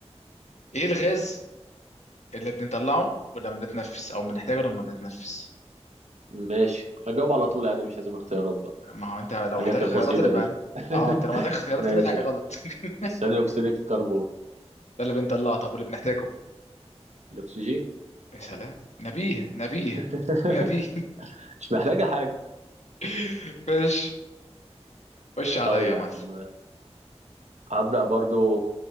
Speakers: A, on the left; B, on the right.
A: ايه الغاز اللي بنطلعه ولما بتنفس او بنحتاجه لما بتنفس
B: ماشي هجاوب على طول عادي مش لازم اختيارات بقى
A: ما هو انت لو
B: الحاجات
A: محتاج
B: البسيطة
A: خيارات اللي
B: دي
A: بقى
B: <laughs>
A: اه انت لو محتاج اختيارات
B: ماشي
A: كده في حاجه
B: يا
A: غلط
B: عم
A: <laughs>
B: ثاني أكسيد الكربون
A: ده اللي بنطلعه طب واللي بنحتاجه
B: الأكسجين
A: يا سلام نبيه نبيه
B: <laughs>
A: نبيه
B: مش محتاجة حاجة
A: <laughs> ماشي خش عليا
B: طيب
A: يا
B: يا
A: معلم
B: عم هبدأ برضو